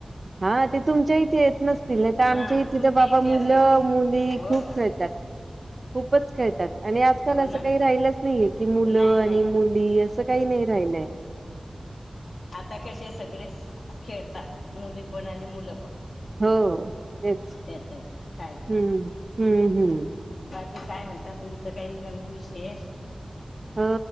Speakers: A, on the right; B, on the left.
A: हा ते तुमच्या इथे येत नसतील नाय तर आमच्या
B: हा
A: इथे
B: तुमच्या
A: तर बाबा मुलं
B: असेल
A: मुली
B: हो
A: खूप
B: हो
A: खेळतात. खूपच खेळतात. आणि आजकाल असं
B: ना
A: काही राहिलंच नाहीये की मुलं
B: नाही नाही
A: आणि मुली असं काही नाही राहिलंय. <unintelligible>
B: आता कसे सगळे खेळतात मुली पण आणि मुलं पण,
A: हो तेच
B: त्यातून काय तर
A: हम्म हम्म हम्म.
B: बाकी काय म्हणतात तुमचं काही नवीन विशेष.
A: अ